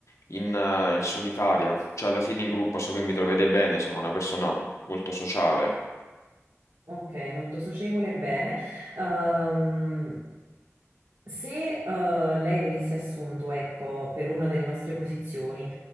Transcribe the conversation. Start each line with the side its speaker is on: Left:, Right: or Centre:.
Left: in, eh, in solitaria. Cioè, alla fine in gruppo so che mi troverei bene, sono una persona molto sociale,
Right: Ok, molto socievole, bene. Ehm, Se eh, lei venisse assunto, ecco, per una delle nostre posizioni,